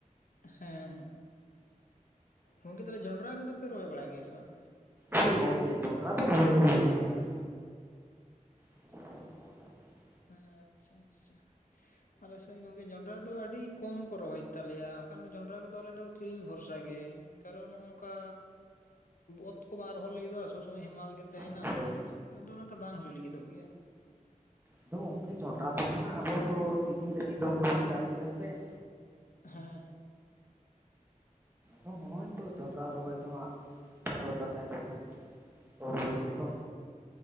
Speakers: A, on the left; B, on the right.
A: ᱦᱮᱸ ᱜᱚᱢᱠᱮ ᱛᱟᱦᱚᱞᱮ ᱡᱚᱱᱰᱨᱟ ᱠᱚᱫᱚ ᱯᱮ ᱨᱚᱦᱚᱭ ᱵᱟᱲᱟᱭ ᱜᱮᱭᱟ ᱥᱮ ᱵᱟᱝ
B: ᱦᱚᱭ ᱜᱚᱢᱠᱮ ᱡᱚᱱᱰᱨᱟ ᱫᱚ ᱨᱚᱭ ᱫᱚ ᱦᱩᱭᱩᱜ ᱜᱮᱭᱟ <inaudible>
A: ᱦᱮ ᱟᱪᱪᱷᱟ ᱟᱪᱪᱷᱟ ᱟᱞᱮ ᱥᱮᱭ ᱜᱚᱝᱠᱮ ᱡᱚᱱᱰᱨᱟ ᱫᱚ ᱟᱹᱰᱤ ᱠᱚᱢ ᱠᱚ ᱨᱚᱦᱚᱭ ᱛᱟᱞᱮᱭᱟ ᱵᱟᱠᱷᱟᱱ ᱫᱚ ᱡᱚᱱᱰᱨᱟ ᱠᱚᱫᱚ ᱟᱞᱮ ᱫᱚ ᱠᱤᱨᱤᱧ ᱵᱷᱚᱨᱥᱟ ᱜᱮ ᱠᱟᱨᱚᱱ ᱚᱱᱠᱟ ᱚᱛ ᱠᱚ ᱵᱟᱝ ᱨᱚᱦᱚᱭ ᱞᱟᱹᱜᱫᱚᱜᱼ ᱟ ᱥᱚᱵᱽ ᱥᱚᱢᱚᱭ ᱦᱮᱢᱟᱞ ᱜᱮ ᱛᱟᱦᱮᱱᱟ
B: ᱦᱳᱭ ᱦᱳᱭ
A: ᱟᱫᱚ ᱚᱱᱟ ᱫᱚ ᱵᱟᱝ ᱦᱩᱭᱩᱜ ᱞᱟᱹᱜᱤᱫᱚᱜ ᱜᱮᱭᱟ
B: ᱟᱫᱚ ᱜᱚᱝᱠᱮ ᱡᱚᱱᱰᱨᱟ ᱛᱚ ᱠᱷᱚᱱᱟᱜ ᱟᱵᱚ ᱛᱚ ᱥᱤᱡᱤᱱ ᱨᱮ ᱢᱤᱫ ᱫᱚᱢ ᱜᱮᱵᱚᱱ ᱪᱟᱥ ᱜᱮᱭᱟ ᱥᱮ
A: ᱦᱮᱸ
B: ᱦᱚᱸᱜᱼᱚᱭ ᱛᱚ ᱡᱚᱱᱰᱨᱟ ᱨᱚᱦᱚᱭ ᱫᱚ ᱦᱟᱸᱜ ᱵᱷᱟᱫᱚᱨ, ᱫᱟᱥᱟᱭ ᱫᱟᱥᱟᱭ ᱾ ᱠᱚ ᱨᱚᱦᱚᱭ ᱜᱮᱭᱟ ᱛᱚ᱾